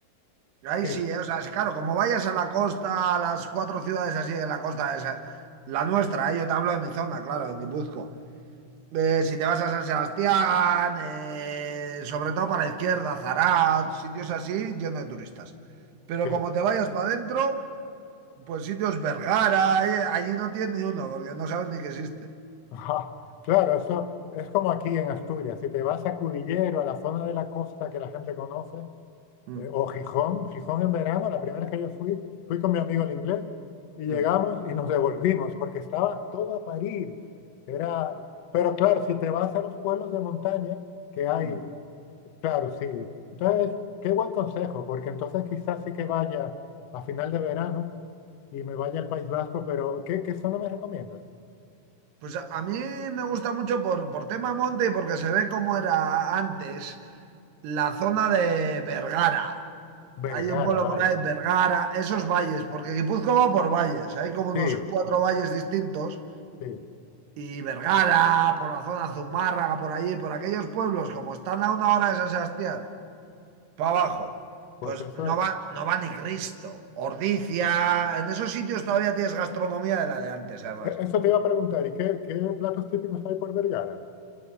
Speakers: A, on the right; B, on the left.
A: ahí
B: Sí,
A: sí, ¿eh? O sea, es claro, como vayas a la costa, a las cuatro ciudades así de la costa, esa, la nuestra, ¿eh? Yo te hablo de mi zona, claro, de Guipúzcoa. Eh, si te vas a San Sebastián, eh, sobre todo para la izquierda, Zarat, sitios así, llenos de turistas. Pero
B: sí.
A: como te vayas para adentro, pues sitios Vergara, eh, allí no tienes ni uno, porque no saben ni que existe.
B: Ajá. Claro, eso es como aquí en Asturias. Si te vas a Cudillero, a la zona de la costa que la gente conoce,
A: Mm,
B: eh, o Gijón, Gijón en verano, la primera vez que yo fui, fui con mi amigo el inglés y llegamos
A: mm,
B: y nos devolvimos porque estaba todo a parir. Era, pero claro, si te vas a los pueblos de montaña que hay,
A: mm.
B: claro, sí. Entonces, qué buen consejo, porque entonces quizás sí que vaya a final de verano y me vaya al País Vasco, pero ¿qué, qué zona me recomiendas?
A: Pues a, a mí me gusta mucho por, por tema monte y porque se ve cómo era antes la zona de Vergara.
B: Vergara,
A: Hay un pueblo
B: vale.
A: por ahí, Vergara, esos valles, porque Guipúzcoa va por valles, hay como unos
B: Sí,
A: cuatro valles distintos.
B: sí.
A: y Vergara, por la zona Zumárraga, por allí, por aquellos pueblos, como están a una hora de San Sebastián, para abajo,
B: Pues
A: pues
B: eso,
A: no va, no va ni Cristo. Ordizia en esos sitios todavía tienes gastronomía de la de antes, además.
B: e- eso te iba a preguntar, ¿y qué, qué platos típicos hay por Vergara?